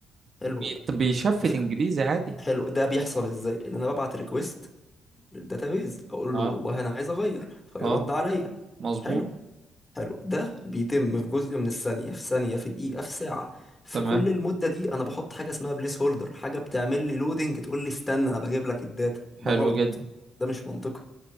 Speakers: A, on the left; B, on the right.
A: حلو
B: بيت- بيشفت
A: ف-
B: انجليزي عادي
A: حلو ده بيحصل ازاي ان انا ببعت ريكويست للداتابيز اقول
B: اه
A: له والله انا عايز اغير فيرد
B: اه
A: عليا
B: مظبوط
A: حلو حلو ده بيتم في جزء من الثانيه في ثانيه في دقيقه في ساعه في
B: تمام
A: كل المده دي انا بحط حاجه اسمها بليس هولدر حاجه بتعمل لي لودنج تقول لي استنى انا بجيب لك الداتا ده
B: حلو
A: غلط
B: جدا
A: ده مش منطقي